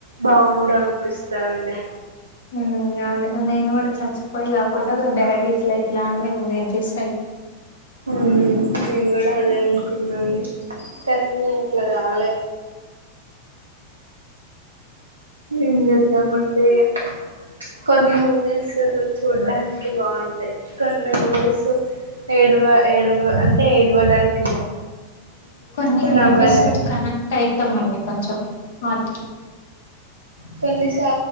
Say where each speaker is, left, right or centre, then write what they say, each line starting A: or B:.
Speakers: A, on the right; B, on the left.
A: బాగుండు అన్పిస్తదండి
B: ఊమ్ అదె నేన్ గూడా చచ్చిపోయి గాకుండ బ్యాడ్ గిట్ల ఇట్లా అన్ నేన్ వెయ్ట్జేస్
A: ఊమ్ నేన్ గూడ అదే అన్కున్నాండి కనీ అట్ల గాలె ఏం జేద్దామండి ఇగ చ్ కొన్ని మూవీస్స్ చూడ్డాన్కి బాంటయ్ కొన్ని మూవీస్స్ ఏడ్వ ఏడ్వ్ అంటె ఏడ్వడాన్కి
B: కొన్ని మూవీస్స్
A: నవ్వడానికి
B: కనెక్టైతమండి కొంచెం ఆక్కె
A: కొన్నిసా